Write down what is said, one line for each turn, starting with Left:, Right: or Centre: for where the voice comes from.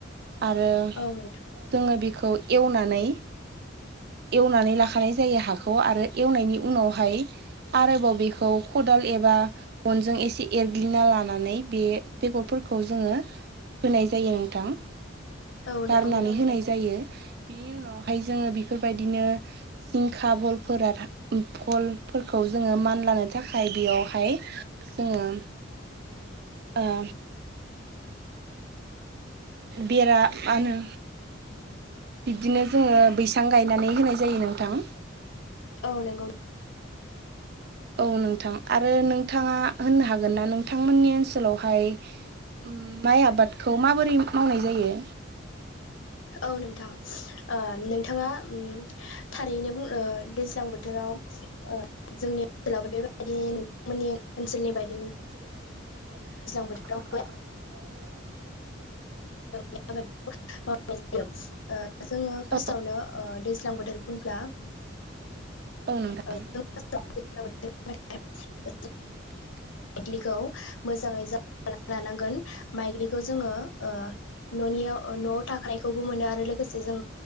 Right: आरो
Left: औ नोंथां
Right: जोङो बेखौ एवनानै एवनानै लाखानाय जायो हाखौ आरो एवनायनि उनावहाय आरोबाव बेखौ खदाल एबा गनजों एसे एरग्लिना लानानै बे बेगरफोरखौ जोङो होनाय जायो नोंथां ।
Left: औ
Right: गारनानै
Left: नंगौ नोंथां
Right: होनाय जायो बिनि उनावहाय जोङो बेफोरबायदिनो जिंखा भलफोरा भलफोरखौ जोङो मानलानो थाखाय बेयावहाय जोङो ओ बेरा माहोनो बिबदिनो जोङो बैसां गायनानै होनाय जायो नोंथां
Left: औ नंगौ
Right: औ नोंथां आरो नोंथाङा होननो हागोन ना नोंथांमोननि ओनसोलावहाय ओम माइ आबादखौ माबोरै मावनाय जायो?
Left: औ नोंथां ओ नोंथाङा ओम थारैनो बुङो ओ दैज्लां बोथोराव ओ जोंनि ओनसोलावबो बेबायदिनो नोंथांमोननि ओनसोलनि बायदि
Right: ओनसोलनि बायदिनो जोंबो
Left: बोथोराव
Right: गोजां बोथोराव
Left: मावनाय जायो ओ जोङो फार्स्टावनो
Right: औ
Left: ओ दैज्लां बोथोर बुंब्ला
Right: औ नोंथां
Left: <unintelligible>
Right: <inaudible>
Left: माइग्लिखौ मोजाङै ज लानांगोन माइग्लिखौ जोङो ओ ननियाव ओ न'आव थाखानायखौबो मोनो आरो लोगोसे जों